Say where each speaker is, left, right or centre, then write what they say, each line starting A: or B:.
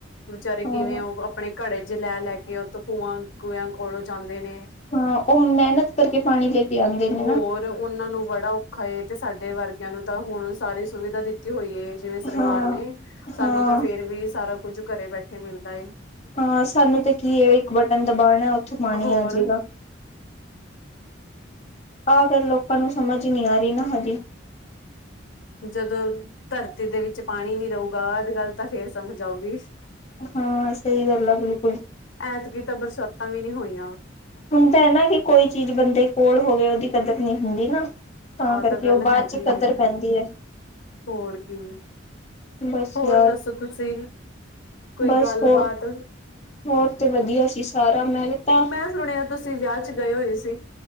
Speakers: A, on the left; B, on the left.
A: ਵਿਚਾਰੇ ਕਿਵੇਂ
B: ਹਾਂ
A: ਉਹ ਆਪਣੇ ਘੜੇ ਚ ਲੈ ਲੈ ਕੇ ਉਹਥੋਂ ਖੂਆਂ ਗੂਿਆਂ ਕੋਲੋਂ ਜਾਂਦੇ ਨੇ
B: ਹਾਂ ਉਹ ਮਿਹਨਤ ਕਰਕੇ ਪਾਣੀ ਲੈ ਕੇ ਆਉਂਦੇ ਨੇ
A: ਹੋਰ
B: ਨਾ
A: ਉਹਨਾਂ ਨੂੰ ਬੜਾ ਔਖਾ ਏ ਤੇ ਸਾਡੇ ਵਰਗਿਆਂ ਨੂੰ ਤਾਂ ਹੁਣ ਸਾਰੇ ਸੁਵਿਧਾ ਦਿੱਤੀ ਹੋਈ ਐ ਜਿਵੇਂ ਸਰਕਾਰ
B: ਹਾਂ
A: ਨੇ ਸਾਨੂੰ
B: ਹਾਂ
A: ਤਾਂ ਫੇਰ ਵੀ ਸਾਰਾ ਕੁ ਕੁੱਝ ਘਰੇ ਬੈਠੇ ਮਿਲਦਾ ਏ
B: ਹਾਂ, ਸਾਨੂੰ ਤੇ ਕੀ ਐ ਇੱਕ ਬਟਨ ਦਬਾਣਾ। ਉੱਥੋਂ ਪਾਣੀ
A: ਹੋਰ
B: ਆਜੇਗਾ। ਆ ਗੱਲ਼ ਲੋਕਾਂ ਨੂੰ ਸਮਝ ਨੀ ਆ ਰਹੀ ਨਾ ਹਜੇ।
A: ਜਦੋਂ ਧਰਤੀ ਦੇ ਵਿੱਚ ਪਾਣੀ ਨੀ ਰਹੂਗਾ ਆ ਗੱਲ ਤਾਂ ਫੇਰ ਸਮਝ ਆਊਗੀ।
B: ਹਾਂ, ਸਹੀ ਗੱਲ ਆ ਬਿਲਕੁਲ।
A: ਐਤਕੀ ਬਰਸਾਤਾਂ ਤਾਂ ਵੀ ਨੀ ਹੋਈਆਂ।
B: ਹੁੰਦਾ ਐ ਨਾ ਕਿ ਕੋਈ ਚੀਜ਼ ਬੰਦੇ ਕੋਲ ਹੋਵੇ ਉਹਦੀ ਕਦਰ ਨਹੀਂ ਹੁੰਦੀ ਨਾ।
A: ਆਹ
B: ਕਰਕੇ
A: ਤਾਂ ਗੱਲ
B: ਉਹ ਬਾਅਦ
A: ਹੈਗੀ
B: ਚ ਕਦਰ
A: ਆ
B: ਪੈਂਦੀ ਹੈ
A: ਹੋਰ ਕੀ।
B: ਬਸ
A: ਹੋਰ
B: ਯਾਰ
A: ਦੱਸੋ ਤੁਸੀਂ ਕੋਈ
B: ਬਸ
A: ਗੱਲਬਾਤ
B: ਹੋਰ ਹੋਰ ਤੇ ਵਧੀਆ ਸੀ ਸਾਰਾ ਮੈਂ ਤਾਂ
A: ਮੈਂ ਸੁਣਿਆ ਤੁਸੀਂ ਵਿਆਹ ਚ ਗਏ ਹੋਏ ਸੀ